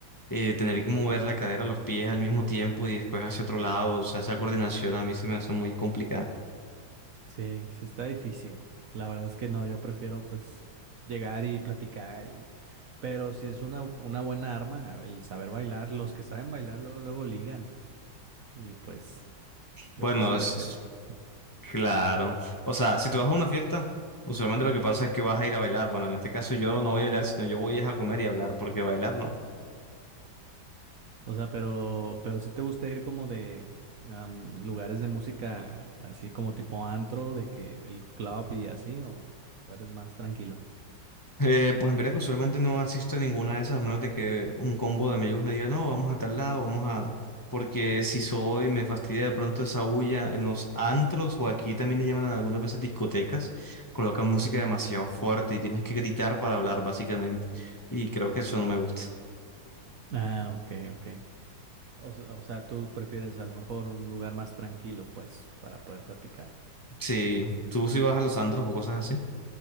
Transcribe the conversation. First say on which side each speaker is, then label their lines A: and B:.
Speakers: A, on the left (about 30°); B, on the right (about 55°).
A: eh, tener que mover la cadera, los pies al mismo tiempo y después hacia otro lado. O sea, esa coordinación a mí se me hace muy complicada.
B: Sí, sí está difícil. La verdad es que no, yo prefiero pues llegar y platicar y... Pero si es una, una buena arma el saber bailar, los que saben bailar luego, luego ligan y pues
A: Bueno,
B: yo quisiera
A: es
B: hacer eso.
A: claro. O sea, si tú vas a una fiesta, usualmente lo que pasa es que vas a ir a bailar. Bueno, en este caso yo no voy a bailar, sino yo voy es a comer y a hablar, porque bailar no.
B: O sea, pero, pero si te gusta ir como de am, lugares de música así como tipo antro, de que el club y así, o, o eres más tranquilo.
A: Eh, pues mira que usualmente no asisto a ninguna de esas, a menos de que un combo de amigos me diga, no, vamos a tal lado, vamos a... Porque si soy, me fastidia de pronto esa bulla en los antros, o aquí también le llaman a algunas veces discotecas, colocan música demasiado fuerte y tienes que gritar para hablar, básicamente. Y creo que eso no me gusta.
B: Ah, ok, ok. O, se- o sea, tú prefieres a lo mejor un lugar más tranquilo pues para poder platicar.
A: Sí, tú si vas a los antros o cosas así.